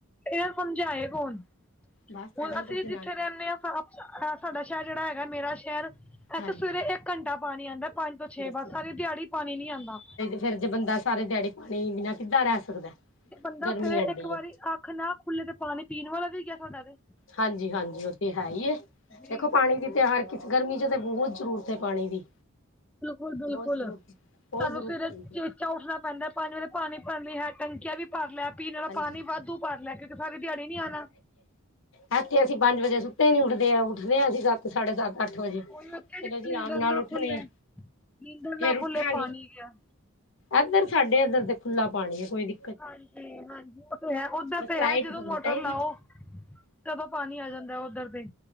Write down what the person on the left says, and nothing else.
ਬਸ
ਐਵੇਂ
ਬਸ ਜਨਾਨੀਆਂ
ਹਾਂਜੀ
ਦੱਸੋ
ਫੇਰ ਜੇ ਬੰਦਾ ਸਾਰੇ ਦਿਹਾੜੀ ਪਾਣੀ ਬਿਨਾ ਕਿਦਾਂ ਰਹਿ ਸਕਦਾ?
ਗਰਮੀ
ਐਡੀ
ਹੈ
ਹਾਂਜੀ- ਹਾਂਜੀ ਉਹ ਤੇ ਹੈਈ ਏ,
ਦੇਖੋ ਪਾਣੀ ਦੀ ਤੇ ਹਰ ਕਿਤੇ ਗਰਮੀ 'ਚ ਤਾਂ ਬਹੁਤ ਜਰੂਰਤ ਏ ਪਾਣੀ ਦੀ।
ਬਹੁਤ ਜ਼ਰੂਰਤ ਬਹੁਤ
ਜ਼ਰੂਰਤ
ਪੈਂਦੀ
ਹਾਂਜੀ
ਐਥੇ ਅਸੀਂ ਪੰਜ ਵਜੇ ਸੁੱਤੇ ਨੀ ਉੱਠਦੇ ਆਂ, ਉੱਠਦੇ ਆਂ ਅਸੀਂ ਸੱਤ ਸਾਡੇ ਸੱਤ। ਅੱਠ ਵਜੇ
ਚਲੋ
ਜੀ
ਆਰਾਮ ਨਾਲ
ਉੱਠਣੇ
ਆ
ਫੇਰ ਉੱਠਾਂਗੇ
ਇੱਧਰ ਸਾਡੇ ਇੱਧਰ ਤੇ ਖੁੱਲਾ ਪਾਣੀ ਏ ਕੋਈ ਦਿ
ਬਸ
ਲਾਈਟ
ਹੋਣੀ
ਚਾਹੀਦੀ
ਹੈ